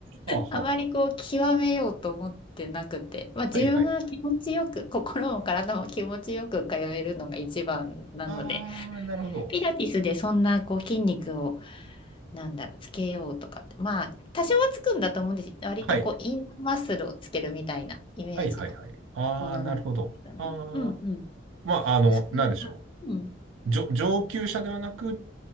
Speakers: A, on the right; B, on the left.
A: あはは。
B: あまりこう、極めようと思ってなくて、まあ自分が気持ちよく、
A: はいはい。
B: 心も体も気持ちよく通えるのが一番なので、
A: ああ、なるほど。
B: ピラティスでそんなこう筋肉をなんだろう、つけようとかって。まあ、多少はつくんだと思うんです。割とこう、
A: はい。
B: インナーマッスルをつけるみたいなイメージの
A: はいはいはい。ああ、
B: ものなんですけどね。
A: なるほど。ああ。
B: うんうん。
A: まあ、あの、
B: それが、
A: なんでしょ
B: うん、
A: う。上、上級者ではなく、